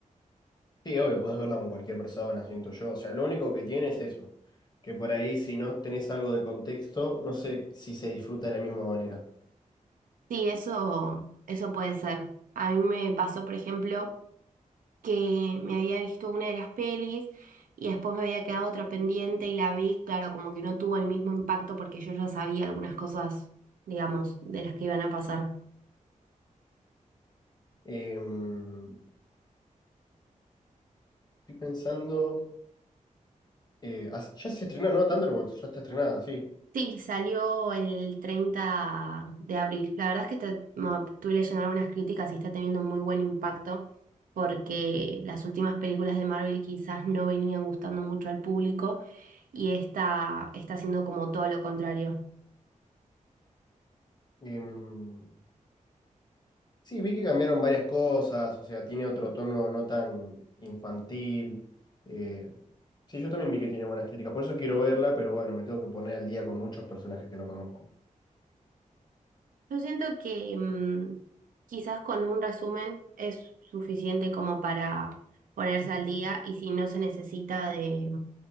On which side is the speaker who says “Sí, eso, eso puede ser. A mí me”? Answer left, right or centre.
Right